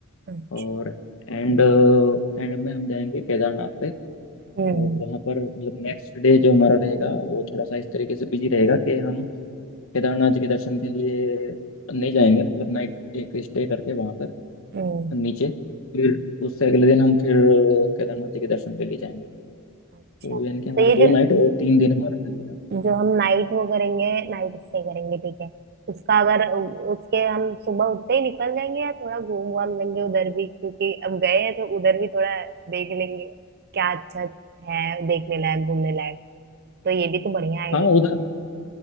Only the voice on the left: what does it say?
और एंड एंड में हम जाएंगे केदारनाथ पे
और वहाँ पर मतलब नेक्स्ट डे जो हमारा रहेगा वो थोड़ा सा इस तरीके से बिजी रहेगा कि हम केदारनाथ जी के दर्शन के लिए नहीं जाएंगे मतलब नाइट एक स्टे करके वहाँ पर
नीचे फिर उससे अगले दिन हम फिर केदारनाथ जी के दर्शन के लिए जाएंगे तो
यानी कि हमारा
दो
नाइट और तीन दिन हमारा लगेगा
हाँ उधर